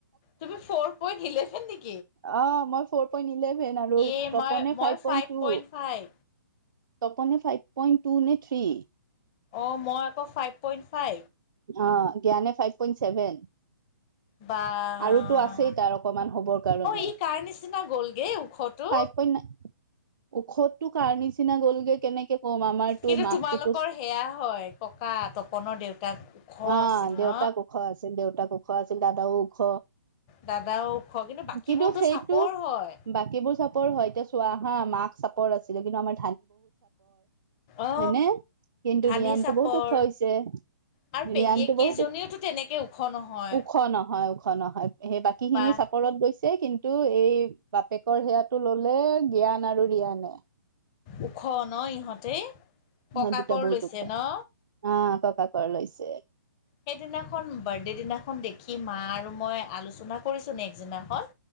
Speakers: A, on the left; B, on the right.
A: তুমি ফৰ পয়ন্ট ইলেভেন নেকি
B: অ মই ফ'ৰ পয়েন্ট ইলেভেন আৰু
A: ইয়ে
B: তপনে
A: মই মই
B: five point two
A: point five
B: তপনে ফাইভ পয়েণ্ট টু নে থ্ৰী
A: অ মই আকৌ ফাইভ পয়েন্ট ফাইভ
B: অ জ্ঞানে ফাইভ পয়েণ্ট চেভেন
A: বা
B: আৰুতো আছেই তাৰ অকমান হবৰ কাৰণে
A: অ ই কাৰ নিচিনা গ'লগে ওখটো
B: পাইপ পয়েন্ট ওখটো কাৰ নিচিনা গলগে কেনেকে কম আমাৰতো
A: কিন্তু
B: মাকটো
A: তোমালোকৰ সেয়া হয় ককা তপনৰ দেউতাক ওখ
B: অ
A: আছিল
B: দেউতাক
A: ন
B: ওখ আছিল দেউতাক ওখ আছিল দাদাও ওখ
A: দাদাও ওখ বাকীবোৰতো
B: কিন্তু সেইটো
A: চাপৰ হয়
B: বাকীবোৰ চব চাপৰ হয় এতিয়া চোৱা হা মাক চাপৰ আছিলে কিন্তু আমাৰ
A: অ
B: হয়নে কিন্তু
A: ধানি
B: ৰিয়ানতটো
A: চাপৰ
B: বহুত ওখ হৈছে
A: আৰু পেহীয়েক
B: ৰিয়ানতটো বহুত
A: কেইজনীওতো তেনেকে ওখ নহয়
B: ওখ নহয় ওখ নহয় সেই বাকী খিনি
A: বা
B: চাপৰত গৈছে কিন্তু এই বাপেকৰ সেয়াটো ললে জ্ঞান আৰু ৰিয়ানে
A: ওখ ন ইহঁতে
B: সিহঁত
A: ককাকৰ
B: দুটা বহুত
A: লৈছে
B: ওখ
A: ন
B: আহ ককাকৰ লৈছে
A: সেইদিনাখন বাৰ্থডে দিনাখন দেখি মা আৰু মই আলোচনা কৰিছো নেক্সট দিনাখন